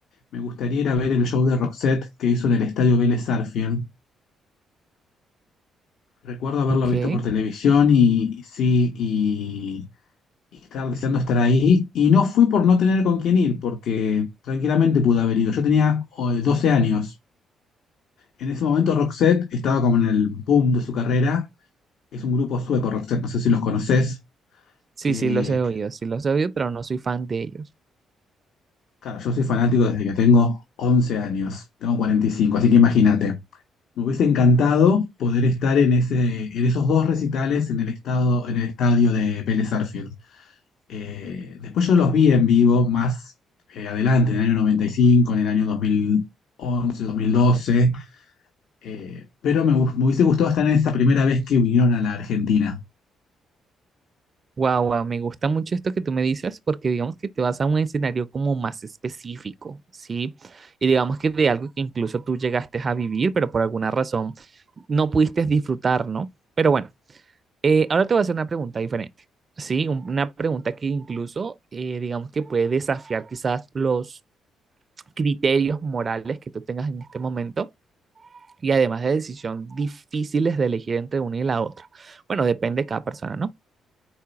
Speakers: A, on the left; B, on the right.
A: Me gustaría ir a ver el show de Roxette que hizo en el Estadio Vélez Sarsfield. Recuerdo haberlo
B: Ok.
A: visto por televisión y, y sí, y, y estar deseando estar ahí. Y no fui por no tener con quién ir, porque tranquilamente pude haber ido. Yo tenía oh, 12 años. En ese momento Roxette estaba como en el boom de su carrera. Es un grupo sueco, Roxette, no sé si los conoces.
B: Sí,
A: Eh,
B: sí, los he oído, sí los he oído, pero no soy fan de ellos.
A: claro, yo soy fanático desde que tengo 11 años. Tengo 45, así que imagínate. Me hubiese encantado poder estar en ese, en esos dos recitales en el estado, en el estadio de Vélez Sarsfield. Eh, después yo los vi en vivo más eh, adelante, en el año noventa y cinco en el año dos mil 2012, eh, pero me, gu- me hubiese gustado estar en esa primera vez que vinieron a la Argentina.
B: Guau, guau, me gusta mucho esto que tú me dices porque digamos que te vas a un escenario como más específico, ¿sí? Y digamos que de algo que incluso tú llegaste a vivir, pero por alguna razón no pudiste disfrutar, ¿no? Pero bueno, Eh, ahora te voy a hacer una pregunta diferente, ¿sí? Un- Una pregunta que incluso, eh, digamos que puede desafiar quizás los criterios morales que tú tengas en este momento y además de decisión difíciles de elegir entre una y la otra. Bueno, depende de cada persona, ¿no?